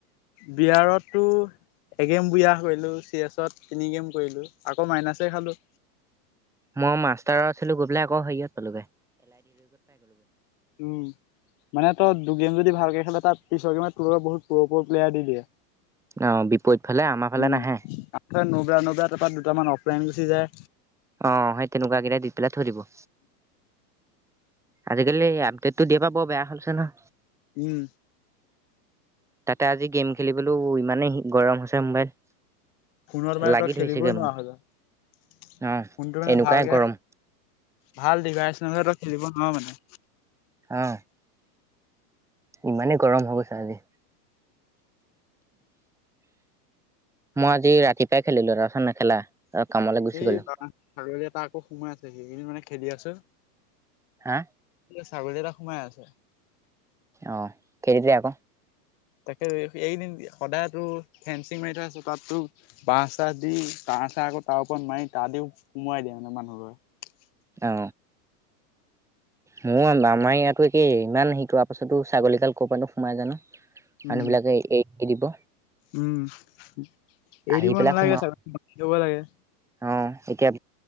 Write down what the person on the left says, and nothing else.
বিয়াৰতো। এগেম বিয়া কৰিলো চি এছত তিনি গেম কৰিলো আকৌ মাইনাছে খালো।
উম, মানে তই দুগেম যদি ভালকে খেল। তাৰ পিছৰ গেমত তোৰ লগত বহুত প্ৰ প্ৰ প্লয়েৰ দি দিয়ে।
উম
আগাৰ নব্ৰা নব্ৰা। দোটামান অফলাইন গুচি যায়।
উম।
পুনৰ মানে
তই খেলিবই
নোৱাৰা
হয় গল।
ফোনটো মানে
ভালকে,
ভাল ডিভাইচ নহলে খেলিব। নোৱাও মানে।
সেই
বা ছাগলী এটা আকৌ সোমাই আছে সেইকিন মানে খেলি আছো।
ছাগলী এটা সোমাই আছে।
তাকে বে এইকদিন সদায়তো ফেঞ্চিং মাৰি থৈ আছো তাতো বাঁ চাহ দি তাৰ চা আকৌ তাৰ ওপৰত মাৰি গা দিও সোমোৱাই দিয়ে মানে মানুহ ঘৰত
উম,
উম
এৰিব
নালাগে
ছাগলী বান্ধি থব লাগে।